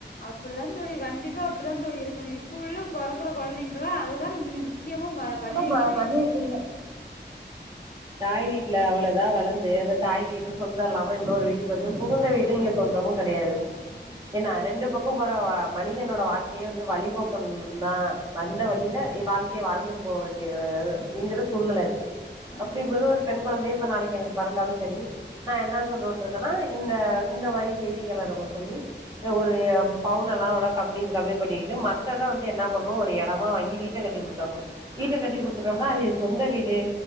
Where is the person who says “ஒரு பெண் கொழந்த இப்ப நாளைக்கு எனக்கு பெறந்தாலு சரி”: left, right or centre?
Right